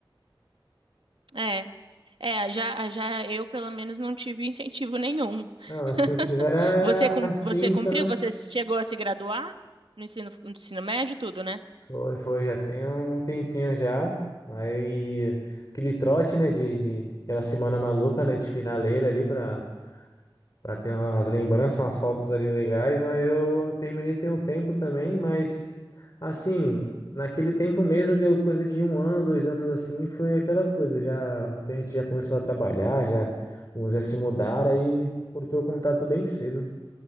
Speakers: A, on the right (about 80°); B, on the left (about 45°).
A: É. É, já, já eu pelo menos não tive incentivo nenhum.
B: Não,
A: <laughs>
B: o incentivo era
A: Você,
B: era
A: cum-
B: cinta,
A: você cumpriu?
B: né?
A: Você chegou a se graduar no ensino, no ensino médio, tudo, né?
B: Foi, foi, já tem um tempinho já. Aí, aquele trote, né? De, de aquela semana maluca, né? De finaleira ali pra, pra ter umas lembranças, umas fotos ali legais. Mas eu terminei tem um tempo também, mas. Assim, naquele tempo mesmo, deu coisa de um ano, dois anos assim, foi aquela coisa. Já, muita gente já começou a trabalhar, já uns já se mudaram, aí cortou o contato bem cedo.